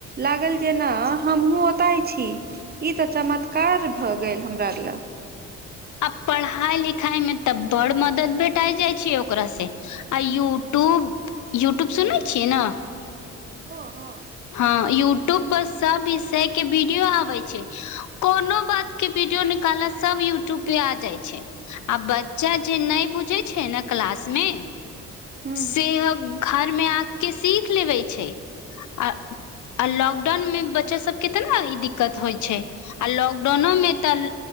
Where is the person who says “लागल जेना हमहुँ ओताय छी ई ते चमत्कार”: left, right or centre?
Right